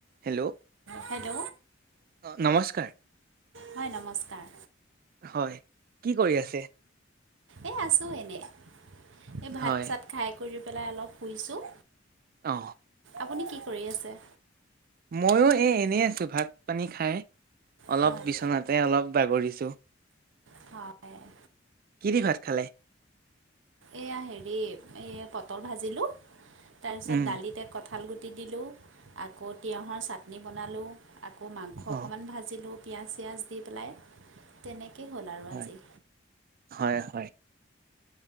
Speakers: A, on the right; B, on the right.
A: Hello
B: hello.
A: অ নমস্কাৰ
B: হয় নমস্কাৰ।
A: হয়, কি কৰি আছে?
B: এই আছোঁ এনে, এই ভাত
A: হয়
B: চাত খাই কৰি পেলাই অলপ শুইছোঁ।
A: অ'।
B: আপুনি কি কৰি আছে?
A: ময়ো এই এনেই আছোঁ ভাত পানী খাই, অলপ
B: হয়
A: বিচনাতে অলপ বাগৰিছোঁ।
B: হয়
A: কি দি ভাত খালে?
B: এইয়া হেৰি, এই পটল ভাজিলোঁ, তাৰপিছত
A: উম
B: দালিত কঁঠাল গুটি দিলোঁ, আকৌ তিঁয়হৰ চাটনি বনালোঁ। আকৌ মাংস
A: অ
B: অকণমান ভাজিলোঁ পিঁয়াজ চিয়াজ দি পেলাই, তেনেকেই হ'ল আৰু
A: হয়
B: আজি।
A: হয় হয়।